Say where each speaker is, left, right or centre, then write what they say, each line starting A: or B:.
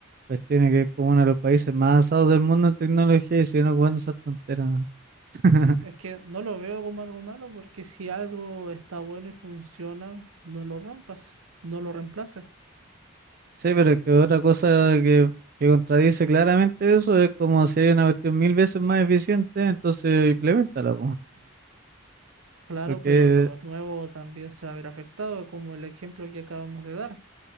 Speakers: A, on the right; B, on the right.
A: cuestiones que es como uno de los países más avanzados del mundo en tecnología y siguen ocupando esas tonteras. man. <laughs>
B: Es que no lo veo como algo malo porque si algo está bueno y funciona, no lo rompas, no lo reemplaces.
A: Sí, pero es que otra cosa que, que contradice claramente eso es como si hay una cuestión mil veces más eficiente, entonces implementala,
B: Claro,
A: Porque,
B: pero lo nuevo también se va a ver afectado, como el ejemplo que acabamos de dar.